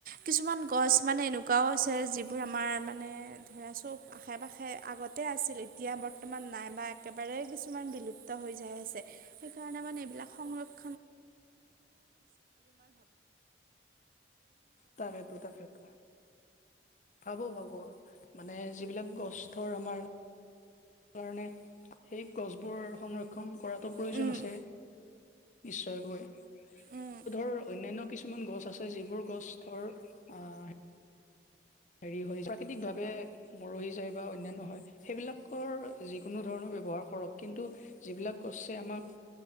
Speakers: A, on the right; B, on the left.
A: কিছুমান গছ মানে এনেকা কুকাও আছে যিবোৰ আমাৰ মানে ধৰা চব আশে পাশে আগতে আছিল এতিয়া বৰ্তমান নাইবা একেবাৰে কিছুমান বিলুপ্ত হৈ যাই আছে সেইকাৰণে মানে এইবিলাক সংৰক্ষ ভ
B: তাকেতো তাকেতো ভাবো ভাবো আৰু মানে যিবিলাক গছৰ আমাৰ কাৰণে সেই গছবোৰ সংৰক্ষণ কৰাতো প্ৰয়োজন
A: উম
B: আছে নিশ্চয়কৈ
A: উম
B: ধৰ অন্য়ান্্য ছু গছে য হেৰি হৈ প্ৰাকৃতিকভাৱে মৰহি যায় বা অনন্্যান্য় হয় সেইবিলাকৰ যিকোনো ধৰণৰ ব্য্ৱহাৰ কৰক কিন্তু যিবিলাক গছেছে আমাক